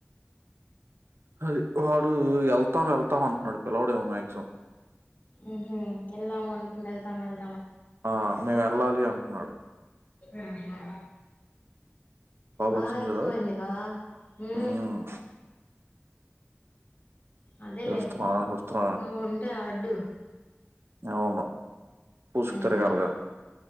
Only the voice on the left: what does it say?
ఉహు, వెళ్దాం అనుకొని ఎళ్తాం ఎళ్
ఆహా!
బాగ ఎక్కువయిందిగా?
హు
అదేలేే,
నువ్వు ఉంటె ఆడ్ అడ్డు
ఉమ్